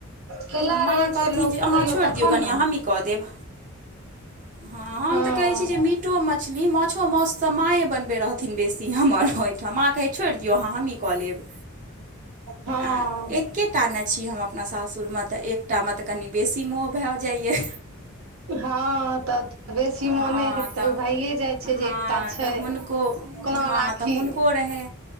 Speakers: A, on the right (about 85°); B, on the right (about 40°).
A: केला रहै
B: माँ कहथिन
A: छै लोक
B: जे अहाँ
A: कहियो
B: छोड़ि
A: तखन
B: दियौ कनियाँ
A: ने
B: हमहीँ कऽ देब। हँ हम
A: हँ
B: तऽ कहैत छी जे मीटो मछली माछो माउस सँ माँए बनबैत रहथिन बेसी हमर ओहिठाम माँ कहय छोड़ि दियौ अहाँ हमहीँ कऽ लेब।
A: हँ
B: आ एकेटा ने छी हम अपना सासुर म तऽ एकटामे तऽ कनि बेसी मोह भऽ जाइया।
A: हँ तऽ बेसी
B: हँ
A: मोने हेतै
B: तऽ
A: ओ भइए जाइ छै
B: हँ
A: जे एकटा छै।
B: तऽ हुनको
A: कोना
B: हँ
A: राखी
B: तऽ हुनको रहै